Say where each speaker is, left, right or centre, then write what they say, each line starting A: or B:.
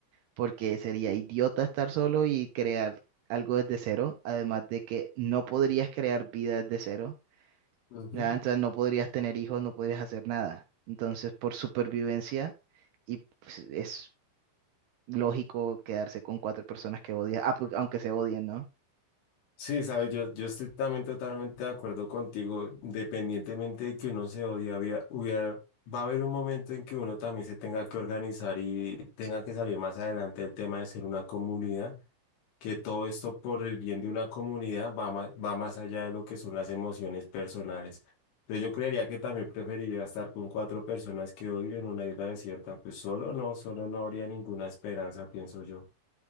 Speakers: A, on the right (about 75°); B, on the left (about 80°).
A: porque sería idiota estar solo y crear algo desde cero, además de que no podrías crear vida desde cero,
B: Ujú.
A: ¿ya? Entonces no podrías tener hijos, no podrías hacer nada. Entonces, por supervivencia, y pues, es lógico quedarse con cuatro personas que odias, ah, pues, aunque se odien, ¿no?
B: Sí, sabes, yo, yo estoy también totalmente de acuerdo contigo. Independientemente de que uno se odie, había- hubiera- va a haber un momento en que uno también se tenga que organizar y tenga que salir más adelante el tema de ser una comunidad. que todo esto por el bien de una comunidad va más, va más allá de lo que son las emociones personales. Entonces yo creería que también preferiría estar con cuatro personas que odio en una isla desierta. Pues solo no, solo no habría ninguna esperanza, pienso yo.